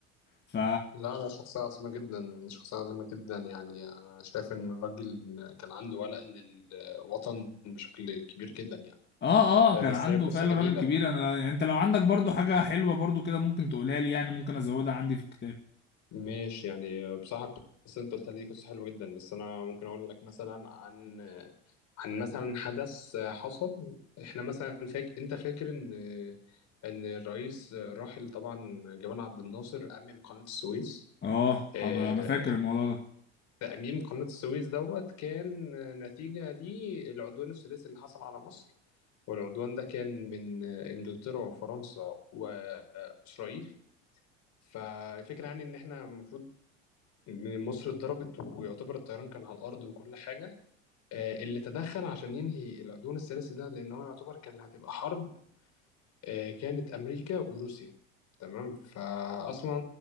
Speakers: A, on the left; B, on the left.
A: ف
B: لا لا شخصية عظيمة جدا شخصية عظيمة جدا يعني أنا شايف إن الراجل كان عنده ولاء للوطن بشكل كبير جدا يعني
A: اه اه
B: آه،
A: كان
B: بس
A: عنده
B: هي قصة
A: فعلا
B: جميلة
A: راجل كبير انا يعني انت لو عندك برضو حاجة حلوة برضو كده ممكن تقولها لي يعني ممكن ازودها عندي في الكتاب
B: ماشي يعني بصراحة القصة انت قلتها لي قصة حلوة جدا بس انا ممكن اقول لك مثلا عن عن مثلا حدث حصل احنا مثلا فاك... انت فاكر ان ان الرئيس الراحل طبعا جمال عبد الناصر أمم قناة السويس
A: اه حب
B: آه،
A: انا فاكر الموضوع ده
B: تأميم قناة السويس دوت كان نتيجة للعدوان الثلاثي اللي حصل على مصر والعدوان ده كان من إنجلترا وفرنسا وإسرائيل فالفكرة يعني إن إحنا المفروض إن مصر اتضربت ويعتبر الطيران كان على الأرض وكل حاجة آه، اللي تدخل عشان ينهي العدوان الثلاثي ده لأن هو يعتبر كان هتبقى حرب آه، كانت أمريكا وروسيا تمام فأصلا